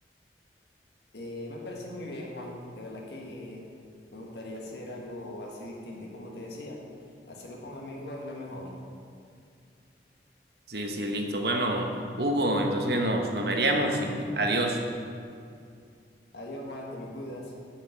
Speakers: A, on the left; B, on the right.
A: Eh, me parece muy bien, Juan. De verdad que me gustaría hacer algo así distinto y como te decía, hacerlo con amigos es lo mejor.
B: Sí, sí, listo. Bueno, Hugo, entonces nos, nos veríamos y adiós.
A: Adiós, Juan, te me cuidas.